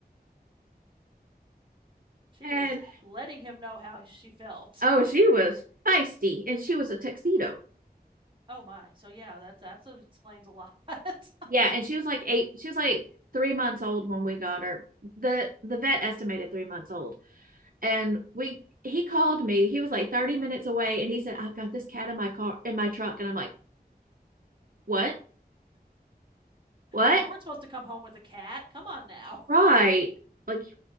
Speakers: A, on the right; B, on the right.
A: She
B: yeah.
A: was
B: And
A: letting him know how she felt.
B: oh, she was feisty and she was a tuxedo.
A: Oh my. So yeah, that's that's that explains a lot. <laughs>
B: Yeah. And she was like eight, she was like three months old when we got her. The, the vet estimated three months old. and we he called me. He was like 30 minutes away and he said, I've got this cat in my car in my truck. And I'm like, What? What?
A: You weren't supposed to come home with a cat. Come on now.
B: Right. Like you